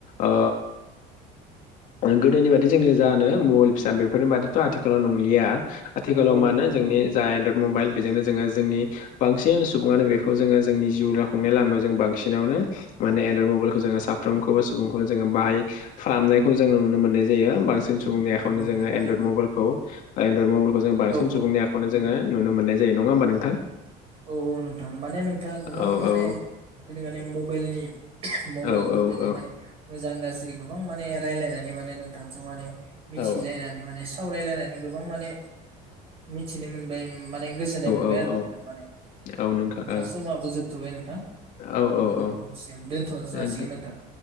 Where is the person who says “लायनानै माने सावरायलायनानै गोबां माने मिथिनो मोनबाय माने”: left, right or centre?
Right